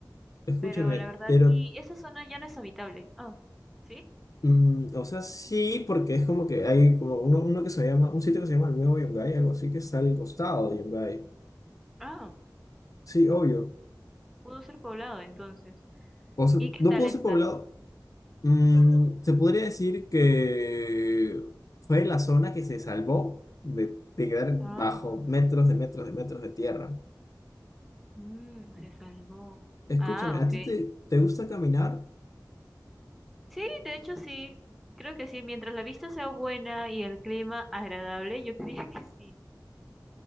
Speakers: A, on the left (about 50°); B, in the centre.
A: Escúchame,
B: Pero la verdad,
A: pero,
B: y esa zona ya no es habitable. Ah, ¿sí?
A: mm, o sea, sí, porque es como que hay como uno, uno que se llama, un sitio que se llama el Nuevo Yungay, algo así que está al costado de Yungay.
B: Ah,
A: Sí, obvio.
B: pudo ser poblado entonces.
A: O sea,
B: ¿Y qué
A: no
B: tal
A: pudo
B: está?
A: ser poblado. Mm, se podría decir que fue la zona que se salvó de, de quedar
B: Ah,
A: bajo metros de metros de metros de tierra.
B: mm, se salvó.
A: Escúchame,
B: Ah, ok.
A: ¿a ti te, te gusta caminar?
B: Sí, de hecho sí, creo que sí. Mientras la vista sea buena y el clima agradable, yo <laughs> creía que sí.